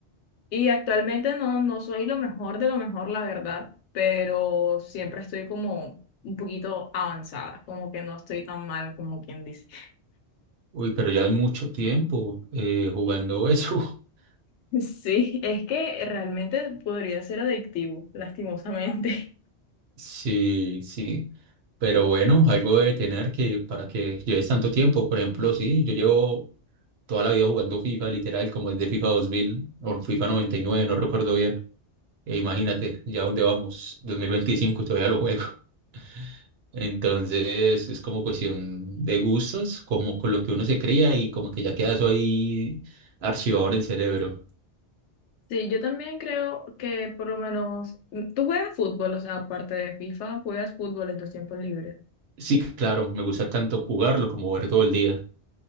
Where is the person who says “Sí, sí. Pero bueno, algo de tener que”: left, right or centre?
Right